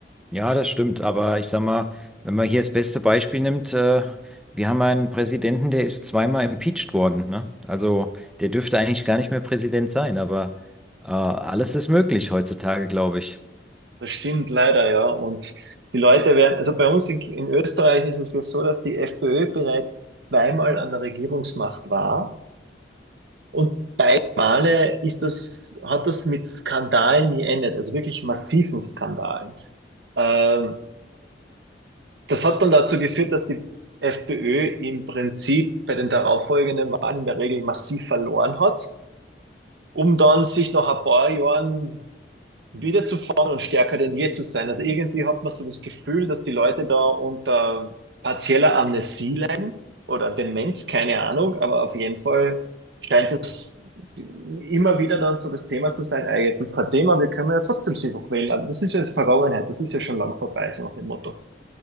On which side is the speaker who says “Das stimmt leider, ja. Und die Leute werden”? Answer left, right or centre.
Right